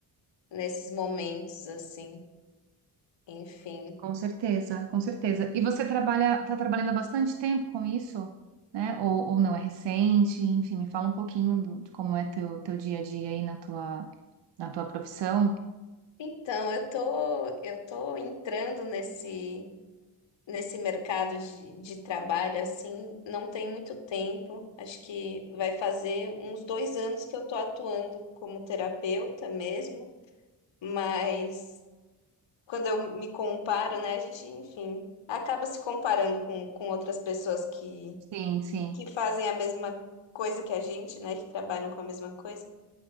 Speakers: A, on the left; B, on the right.
A: nesses momentos, assim. Enfim.
B: Com certeza, com certeza. E você trabalha, tá trabalhando há bastante tempo com isso, né? Ou, ou não é recente? Enfim, me fala um pouquinho do, de como é teu, teu dia a dia aí na tua, na tua profissão.
A: Então, eu tô, eu tô entrando nesse, nesse mercado de, de trabalho, assim, não tem muito tempo. Acho que vai fazer uns dois anos que eu tô atuando como terapeuta mesmo, mas quando eu me comparo, né, a gente, enfim, acaba se comparando com, com outras pessoas que,
B: Sim, sim.
A: que fazem a mesma coisa que a gente, né, que trabalham com a mesma coisa.